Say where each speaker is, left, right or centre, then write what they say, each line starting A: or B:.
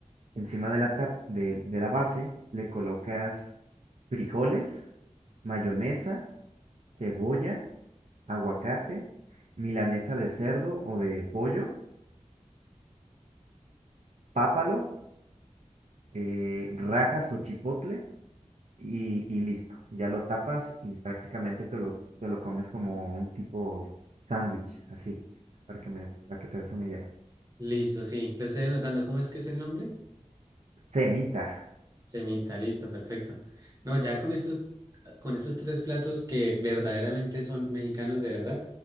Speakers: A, on the right; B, on the right.
A: Encima de la, tap- de, de la base le colocas frijoles, mayonesa, cebolla, aguacate, milanesa de cerdo o de pollo, pápalo, eh, rajas o chipotle y, y listo. Ya lo tapas y prácticamente te lo, te lo comes como un tipo sándwich, así, para que me, para que te des una idea.
B: Listo, sí. Lo estoy anotando. ¿Cómo es que es el nombre?
A: Semita.
B: Semita, listo, perfecto. No, ya con estos, con estos tres platos que verdaderamente son mexicanos de verdad,